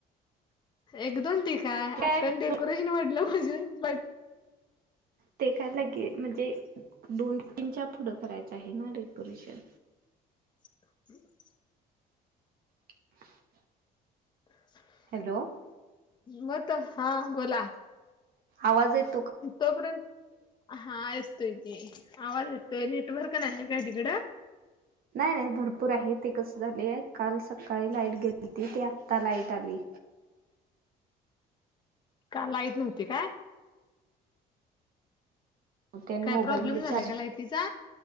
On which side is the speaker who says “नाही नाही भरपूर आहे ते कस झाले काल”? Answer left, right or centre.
Right